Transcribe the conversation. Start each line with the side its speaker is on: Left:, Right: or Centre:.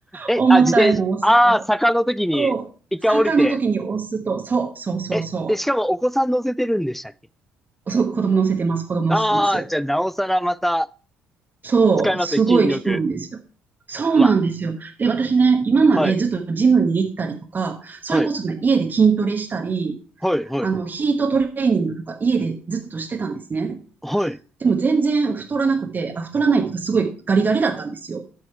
Centre: え、
Right: 重たいのを押すと。
Centre: あ、自転車、ああ、坂の時に一回降りて、
Right: そう。坂の時に押すと、そう、そうそうそ
Centre: え、で、しかもお子さん乗せてるんでしたっけ
Right: う。そう子供乗せてます、子供乗せてます。
Centre: ああー、じゃあ、なおさらまた
Right: そう、
Centre: 使いますね、
Right: すごい効くんですよ。
Centre: 筋力
Right: そうなんですよ。
Centre: は。
Right: で、私ね、今までずっとジムに行ったりとか、
Centre: はい、
Right: それこそね、
Centre: はい、
Right: 家で筋トレしたり、
Centre: はい、はい、
Right: あの、ヒートトレーニングとか家でずっとしてたんですね。
Centre: はい。
Right: でも全然太らなくて、あ、太らないっていうかすごいガリガリだったんですよ。